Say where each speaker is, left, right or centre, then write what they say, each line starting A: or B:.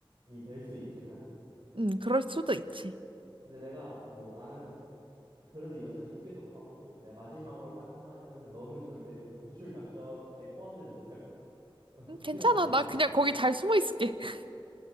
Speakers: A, on the right; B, on the right.
A: 될 수 있긴 하지.
B: 음, 그럴 수도 있지.
A: 근데 내가 뭐 나는 그래도 여전히 휴게소 파고 내가 마지막으로 딱 한마디 하자면 너는 절대 그 구출 작전에 포함되지 못할 거야. <laughs> 넌 국회의원이
B: 음, 괜찮아.
A: 아니기
B: 나 그냥
A: 때문에.
B: 거기 잘 숨어 있을게. <laughs>